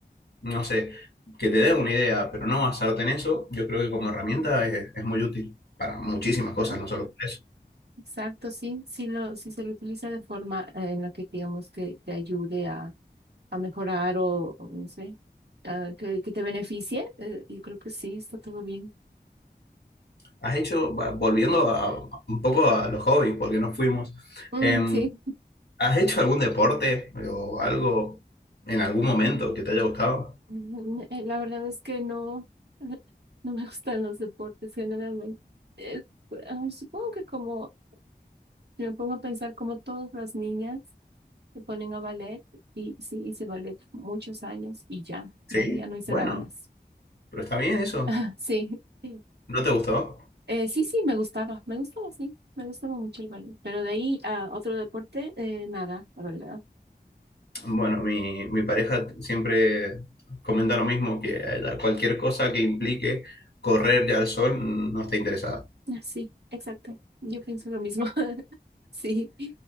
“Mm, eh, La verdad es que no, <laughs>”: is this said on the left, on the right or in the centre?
Right